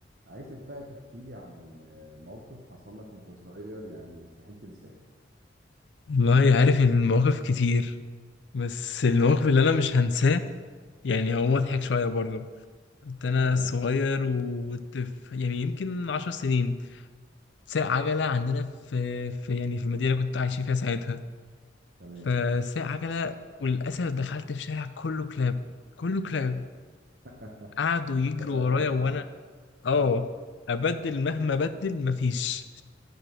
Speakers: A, on the right; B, on the left.
A: عايزك بقى تحكي لي عن آه، موقف حصل لك وانت صغير يعني يستحيل تنساه
B: والله عارف إن المواقف كتير بس المواقف اللي انا مش هنساه يعني هو مضحك شويه برضو كنت انا
A: تمام
B: صغير وكنت في- يعني يمكن عشر سنين ساق عجله عندنا في, في يعني في المدينه اللي كنت عايش فيها ساعتها
A: تمام
B: فساق عجله وللاسف دخلت في شارع كله كلاب كله كلاب
A: <laughs>
B: قعدوا يجروا
A: بقى
B: ورايا
A: لعبت
B: وانا
A: معاك بقى
B: اه
A: اه
B: ابدل مهما ابدل مفيش